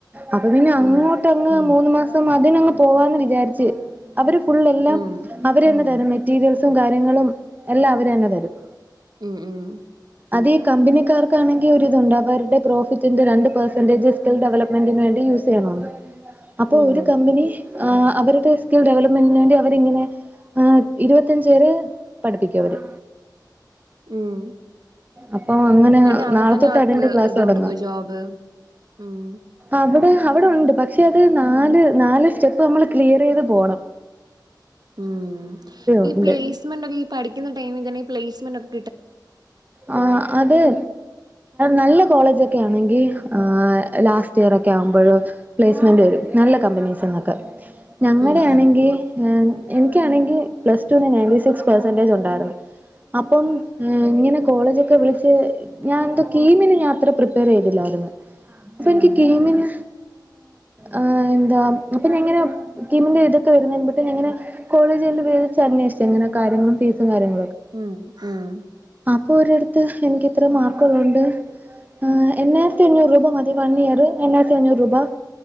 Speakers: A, on the right; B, on the right.
A: അപ്പൊ പിന്നെ അങ്ങോട്ടങ്ങ്
B: ഉം
A: മൂന്ന് മാസം അതിനങ്ങ് പോവാന്ന് വിചാരിച്ച് അവര് ഫുൾ എല്ലാം
B: ഉം
A: അവര് തന്നെ തരും മെറ്റീരിയൽസും കാര്യങ്ങളും എല്ലാം അവര് തന്നെ തരും
B: ഉം ഉം
A: അതെ കമ്പനി ക ആർകാണെങ്കിൽ ഒരു തുണ്ട് അവരുടെ പ്രോഫിറ്റിന്റെ ര പെർസെൻ്റെജ് സ്കിൽ ഡെവലപ്മെന്റിന് വണ്ടി യൂസ് ചെയ്യണോ അപ്പോ
B: ഉം
A: ഒരു കമ്പനി അവരുടെ സ്കിൽ ഡെവലപ്പ് മേണ്ടി അവരിങ്ങനെ ആ ഇരുപത്തിഞ്ച് പേര് പഠിപ്പിക്ക അവര്
B: ഉം
A: അപ്പൊ അങ്ങനെ
B: എന്നിട്ട് അവിടെ
A: നാളെത്തൊട്ട്
B: തന്നെ അവർക്ക്
A: അതിന്റെ ക്ലാസ്സ്
B: ഇത്
A: തുടങ്ങാ
B: കൊടുക്കും ജോബ് ഉം
A: അവിടെ അവിടെ ഉണ്ട് പക്ഷ പക്ഷെ അത് നാല് നാല് സ്റ്റെപ്പ് നമ്മൾ ക്ലിയർ ചെയ്ത് പോകണം
B: ഉം
A: ഉണ്ട്
B: ഈ പ്ലേസ്മെന്റ് ഒക്കെ ഈ പഠിക്കുന്ന ടൈമിൽ തന്നെഈ പ്ലേസ്മെന്റ്ക്കെ
A: ആ അതെ നല്ല കോളേജ്ക്കെ ആണെങ്കിൽ ആ ലാസ്റ്റ് ഇയർ ഒക്കെ ആവുമ്പോഴ് പ്ലേസ്മെന്റ് വരും നല്ല കമ്പനീസ്നൊക്കെ ഞങ്ങടെ
B: ഉം
A: ആണങ്കിൽ
B: ഉം
A: ആ എനിക്കാണെങ്കിൽ പ്ലസടുന്ന് നയൻ്റി സിസ് പേഴ്സന്റജ് ഉണ്ടായിരുന്നു അപ്പോ ഇങ്ങനെ കോളേജൊക്കെ വിളിച്ച് ഞാൻ എന്താ കീമിന് ത്ര പ്ര ചൈതില്ലായിരുന്നു അപ്പം
B: ഉം ഉം
A: എനിക്ക് കീമിന് ആ എന്താ അപ്പൊ കിമിൻ്റെ ഇതൊക്കെ വരുന്ന ഞങ്ങനെ കോളേജി <unintelligible> അന്വേഷിച്ച എങ്ങനെ കാര്ങ്ങളും ഫീസും കാര്യങ്ങളും
B: ഉം ഉം
A: അപ്പൊ ഒരടത്ത് എനിക്ക്ത്ര മാർക്കുള്ളോണ്ട് ആ എണ്ണായിരത്തി അഞ്ഞൂറ് രൂപ മതി വൺ ഇയർ എണ്ണായിരത്തി അഞ്ഞൂറ് രൂപ